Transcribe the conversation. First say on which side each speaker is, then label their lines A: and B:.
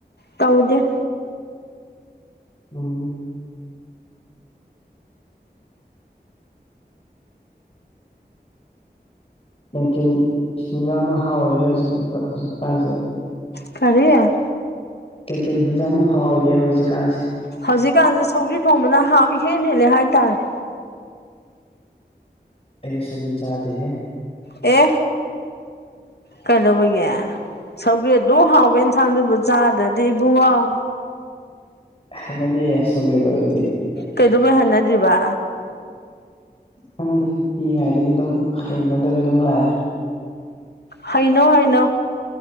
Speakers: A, on the left; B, on the left.
A: ꯇꯧꯗꯦ
B: ꯎꯝ ꯀꯩꯀꯩ ꯍꯤꯟꯖꯥꯡꯅ ꯍꯥꯎꯔꯤꯒꯦ ꯍꯧꯖꯤꯛꯥꯎ ꯍꯧꯖꯤꯛꯀꯥꯟꯁꯦ
A: ꯀꯔꯤꯦ
B: ꯀꯩꯀꯩ ꯍꯤꯟꯖꯥꯡꯅ ꯍꯥꯎꯏꯒꯦꯕ ꯍꯧꯖꯤꯛꯀꯥꯟꯁꯦ
A: ꯍꯧꯖꯤꯛꯀꯥꯟꯁꯦ ꯁꯧ꯭ꯔꯤ ꯊꯣꯡꯕꯅ ꯍꯥꯎ ꯏꯍꯦꯟ ꯍꯦꯜꯂꯦ ꯍꯥꯏꯇꯥꯔꯦ
B: ꯑꯦꯅꯤ ꯁꯕꯤ ꯆꯥꯗ ꯍ
A: ꯑꯦ ꯀꯩꯗꯧꯕꯒꯤ ꯁꯧꯒꯦ ꯑꯗꯨ ꯍꯥꯎꯕ ꯑꯦꯟꯁꯥꯡꯗꯨꯕꯨ ꯆꯥꯗ꯭ꯔꯗꯤ ꯏꯕꯨꯡ ꯍꯥꯎ
B: ꯍꯥꯏꯩꯅꯗꯤ ꯁꯧꯒꯦꯗꯣ ꯑꯩꯗꯤ
A: ꯀꯩꯗꯧꯕꯩ ꯍꯥꯏꯅꯗ꯭ꯔꯤꯕ
B: ꯈꯪꯗꯦ ꯄꯤꯛꯏꯉꯥꯏꯗꯒꯤ ꯑꯗꯨꯝ ꯍꯩꯅꯗꯕꯤ ꯑꯗꯨꯝ ꯂꯥꯛꯑꯦ
A: ꯍꯩꯅꯧ ꯍꯩꯅꯧ